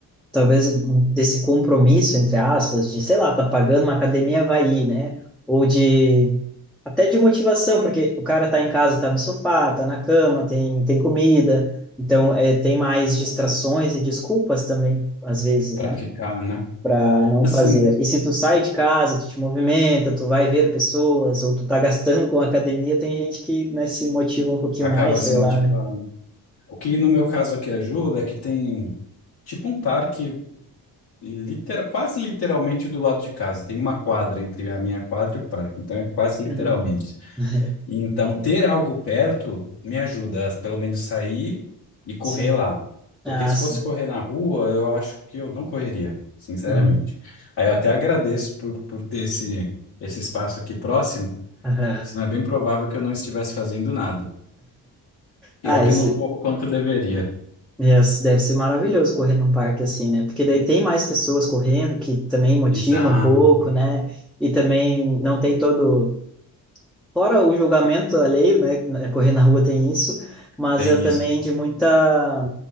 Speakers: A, in the centre; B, on the left (about 65°).
A: talvez, desse compromisso, entre aspas, de, sei lá, tá pagando uma academia, vai ir, né? Ou de, até de motivação, porque o cara tá em casa, tá no sofá, tá na cama, tem, tem comida, então é, tem mais distrações e desculpas também, às vezes,
B: Para
A: né?
B: ficar, né?
A: para não
B: Assim,
A: fazer. E se tu sai de casa, tu te movimenta, tu vai ver pessoas, ou tu tá gastando com a academia, tem gente que, né, se motiva um pouquinho
B: acaba
A: mais, sei
B: se motivando.
A: lá, né?
B: O que no meu caso aqui ajuda é que tem tipo um parque literal, quase literalmente do lado de casa. Tem uma quadra entre a minha quadra e o parque, então é quase literalmente.
A: Uhum. <laughs>
B: E então ter algo perto me ajuda a pelo menos sair e correr
A: Sim.
B: lá. Porque
A: Ah,
B: se
A: sim.
B: fosse correr na rua, eu acho que eu não correria, sinceramente.
A: Uhum.
B: Aí eu até agradeço por, por ter esse, esse espaço aqui próximo,
A: Aham.
B: senão é bem provável que eu não estivesse fazendo nada.
A: Ah,
B: E ó que
A: esse,
B: eu não corro quanto deveria.
A: esse deve ser maravilhoso correr num parque assim, né? Porque daí tem mais pessoas correndo que também motivam
B: Exato.
A: um pouco, né? E também não tem todo Fora o julgamento alheio, né? Correr na rua tem isso, mas
B: Tem
A: é também
B: isso.
A: de muita,